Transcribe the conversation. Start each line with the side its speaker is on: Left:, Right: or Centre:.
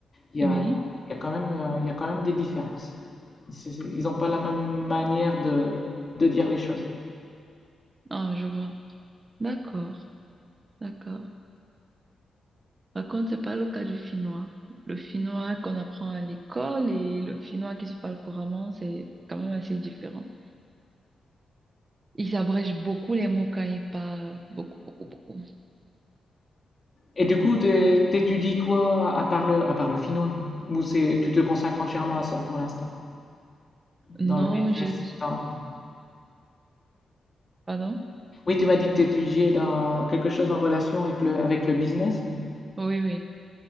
Left: Il y
Right: Oui.
Left: a, y a quand même, euh, il y a quand même des différences. C'est- c'est- Ils n'ont pas la même manière de, de dire les choses.
Right: Ah, je vois. D'accord. D'accord. Par contre, c'est pas le cas du finnois. Le finnois qu'on apprend à l'école et le finnois qui se parle couramment, c'est quand même assez différent. Ils abrègent beaucoup les mots quand ils parlent. Beaucoup, beaucoup, beaucoup.
Left: Et du coup, t'é- t'étudies quoi à part le, à part le finnois? Ou c'est, tu te consacres entièrement à ça pour l'instant?
Right: Non,
Left: Dans le business?
Right: j'ai dit.
Left: dans-
Right: Pardon?
Left: Oui, tu m'as dit que tu étudiais dans quelque chose en relation avec le, avec le business.
Right: Oui, oui,